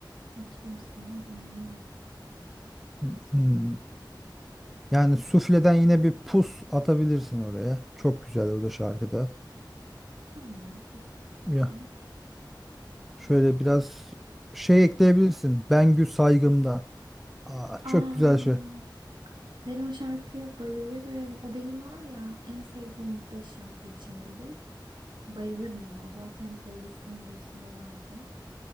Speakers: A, on the right (about 75°); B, in the centre.
A: Hiç kimsenin günahı yok.
B: Hmm.
A: Okey.
B: hmm. Yani sufleden yine bir pus atabilirsin oraya. Çok güzel o da şarkıda.
A: Tamam, posta atarım.
B: Ya şöyle biraz şey ekleyebilirsin. Bengü Saygım'dan. Aa,
A: Aa,
B: çok güzel şey.
A: ben o şarkıya bayılırım. O benim var ya en sevdiğim ilk 5 şarkı içindedir. Bayılırım ona. O zaten playlistimin başında vardı.